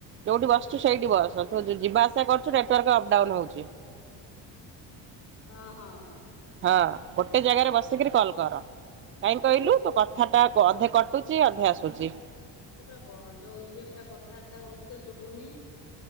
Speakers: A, on the right (about 25°); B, on the left (about 65°).
A: ଯୋଉଠି ବସଛୁ ସେଇଠି ବସ, ତୁ ଯିବା ଆସିବା କରୁଛୁ ନେଟୱାର୍କ ଅପଡାଉନ ହଉଛି।
B: ହ ହଁ।
A: ହଁ, ଗୋଟେ ଜାଗାରେ ବସିକିରି କଲ କର। କାହିଁ କହିଲୁ? ତୋ କଥା ଟା ଅଧେ କଟୁଚ ଅଧେ ଆସୁଛି।
B: ସେ ପୁରା ଯୋଉ ଇଏ ପୁରା କଥାବାର୍ତ୍ତା ହଉଛି ତ ଶୁଭୁନି।